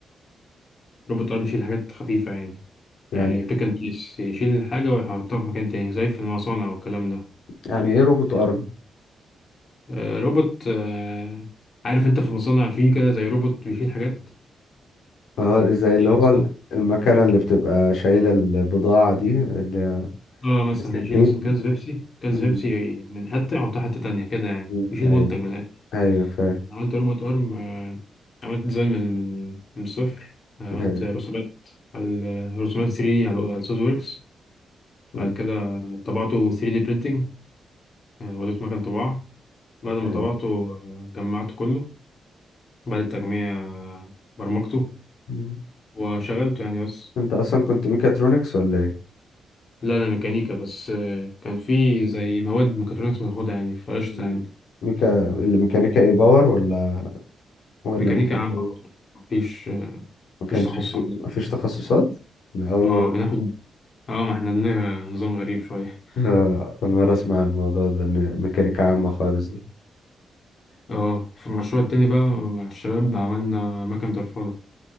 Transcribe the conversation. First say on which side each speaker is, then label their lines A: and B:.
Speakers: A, on the left (about 50°); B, on the left (about 85°).
A: روبوت ارم يشيل حاجات خفيفة يعني
B: يعني
A: يعني بيك اند بليس يشيل الحاجة ويحطها في مكان تاني زي في المصانع والكلام ده
B: يعني ايه روبوت ارم؟
A: آه، روبوت آه، عارف انت في المصانع فيه كده زي روبوت بيشيل حاجات
B: اه زي اللي
A: يعني
B: هو
A: مثلا-
B: المكنة اللي بتبقى شايلة البضاعة دي اللي هي
A: اه مثلا
B: بسنين
A: يشيل مثلا
B: دي
A: كنز بيبسي كنز
B: مم.
A: بيبسي من حتة يحطها حتة تانية كده يعني
B: مم.
A: يشيل
B: ايوه
A: منتج من الآخر
B: ايوه فاهم
A: أنا عملت روبوت ارم آه، عملت ديزاين من من من الصفر آه، عملت
B: ايوه
A: رسومات على رسومات 3D على على سوليد ووركس بعد
B: مم.
A: كده طبعته 3D printing آه، وديته مكان طباعة بعد ما
B: أيوة.
A: طبعته آه، جمعته كله بعد التجميع آه، برمجته
B: مم.
A: وشغلته يعني بس
B: انت اصلا كنت ميكاترونكس ولا ايه؟
A: لا أنا ميكانيكا بس آه، كان في زي مواد ميكاترونكس بناخدها يعني فقشطة
B: مم.
A: يعني
B: ميكا اللي ميكانيكا ايه باور ولا ولا
A: ميكانيكا
B: ميكانيكا
A: عامة
B: ايه؟
A: مم. مفيش آه،
B: ما
A: مفيش
B: كانش
A: تخصص
B: في
A: عندنا
B: مفيش تخصصات؟ ده أول مرة
A: اه بناخد اه ما احنا عندنا نظام غريب شوية
B: آه، أول مرة أسمع الموضوع ده إن ميكانيكا عامة خالص دي
A: اه في المشروع التاني بقى مع الشباب عملنا مكن درفلة